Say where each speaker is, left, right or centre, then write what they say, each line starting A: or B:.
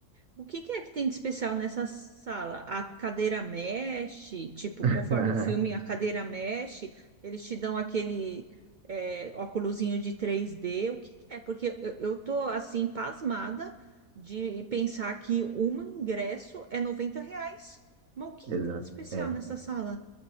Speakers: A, on the right; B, on the right.
A: O que que é que tem de especial nessa sala? A cadeira mexe, tipo,
B: <laughs>
A: conforme o filme, a cadeira mexe, eles te dão aquele é, óculosinho de três d O que que é? Porque eu, eu tô assim, pasmada de pensar que um ingresso é 90 reais. Mas o que
B: Exato.
A: que tem de especial
B: É.
A: nessa sala?